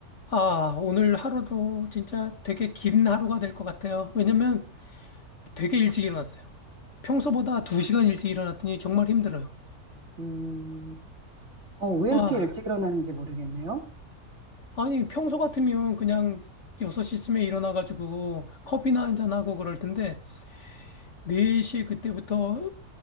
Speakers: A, on the left (about 50°); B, on the right (about 50°).
A: 아, 오늘 하루도 진짜 되게 긴 하루가 될 것 같아요. 왜냐면 되게 일찍 일어났어요. 평소보다 2시간 일찍 일어났더니 정말 힘들어요.
B: 음, 어, 왜
A: 아,
B: 이렇게 일찍 일어나는지 모르겠네요.
A: 아니, 평소 같으면 그냥 6시쯤에 일어나가지고 커피나 한잔하고 그럴 텐데, 4시 그때부터